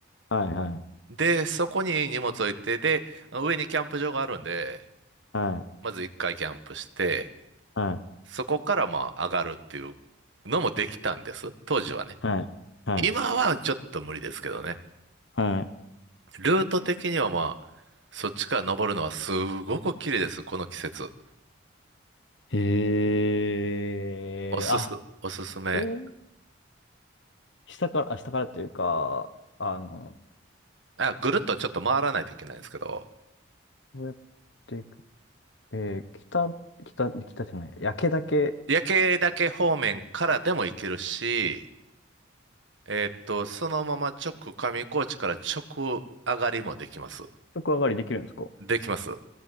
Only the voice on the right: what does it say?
で、そこに荷物置いて、で、上にキャンプ場があるんで、
まず一回キャンプして、
そこからまあ上がるっていうのもできたんです。当時はね。
今はちょっと無理ですけどね。
ルート的にはまあ、そっちから登るのはすごく綺麗です。この季節。
おすす、
おすすめ。
あ、ぐるっとちょっと回らないといけないんですけど、
夜景だけ方面からでも行けるし、えーっと、そのまま直上高地から直上がりもできます。
できます。